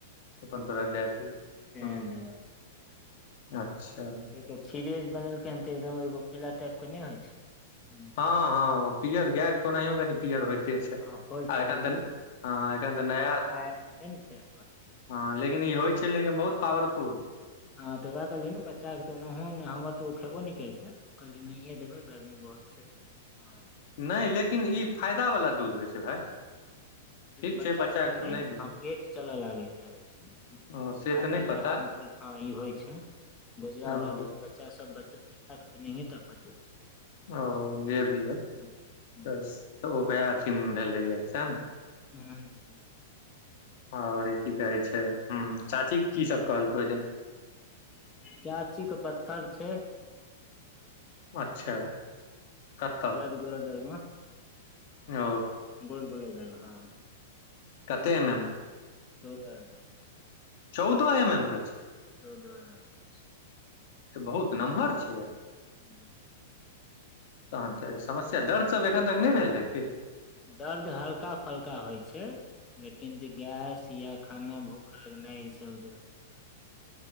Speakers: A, on the left; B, on the left.
A: अपन तोरा
B: हँ
A: दै दि हुँ
B: तें दुआरे
A: अच्छऽ
B: ओहिके खीरे जे बनेलकै हँ तऽ एकदम एगो पीला टाइप कऽ नय होइ छै
A: हँ हँ पियर गाय केँ तऽ ओनाहियो कनि पियर होइते छै।
B: हँ होइ
A: आ
B: छै
A: एखन
B: लेकिन
A: तऽ हँ एखन तऽ नया
B: हेतै ने तै दुआरे
A: हँ लेकिन ई होइ छै लेकिन बहुत पावरफुल।
B: हँ तऽ वैह कहलियै नऽ बच्चा कऽ तऽ ओनाहु नय हमर तऽ ओ खेबो नय करितै कहलै नहिए देबै गर्मी बहुत छै हँ।
A: नय लेकिन ई फायदा बला दूध होइ छै भाय। ठीक
B: बच्चा
A: छै
B: सब कऽ
A: के
B: नय
A: नहि
B: नऽ
A: देही
B: हँ पेट चलऽ लागैत रहै छै।
A: ओ से
B: हार्ड
A: तऽ नहि पता
B: हर्म फूल ई होइ छै गोजरा
A: ओ
B: वला दूध बच्चा सब बच्चा <unintelligible> तऽ नहिये टा पचै छै।
A: ओ जे भी हइ
B: हुँ, हुँ।
A: तऽ ओ ओहै अथी मे भेलै सैह नऽ
B: ह <unintelligible>
A: ओर ई कि कहे छै ह चाची कि सभ कहलकै ओहिदिन
B: चाची के पत्थर छै।
A: अच्छा कऽ
B: ग धर्मे
A: ओ
B: गोल गोल ने हँ।
A: कते मे
B: चौदह अना।
A: चौदहो एम एम के छै।
B: चौदह एम एम के छै।
A: तऽ बहुत नमहर छै।
B: ह।
A: तहन तऽ समस्या दर्द सभ एखन तक नहि भेल रहै कि
B: दर्द हल्का फल्का होइ छै लेकिन जे गैस या खाना भूख लगनाइ ई सभ जे